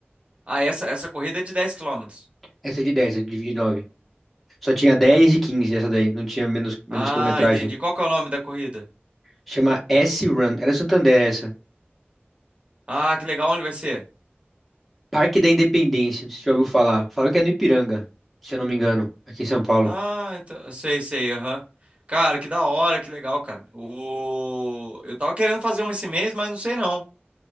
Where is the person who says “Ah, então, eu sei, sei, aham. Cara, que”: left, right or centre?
Right